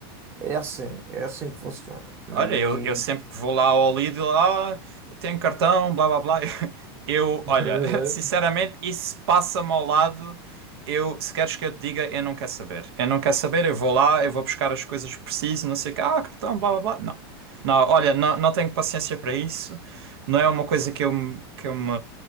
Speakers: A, on the right; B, on the right.
A: É assim, é assim que funciona.
B: Olha,
A: E
B: eu, eu sempre que vou lá ao Lidl, ah, eu tenho cartão, blá blá blá. <laughs> Eu,
A: <laughs> estás
B: olha,
A: a ver?
B: <laughs> sinceramente, isso passa-me ao lado. Eu, se queres que eu te diga, eu não quero saber. Eu não quero saber, eu vou lá, eu vou buscar as coisas que preciso, não sei o que, ah, cartão, blá blá blá. Não. Não, olha, não, não tenho paciência para isso. Não é uma coisa que eu, me- que eu me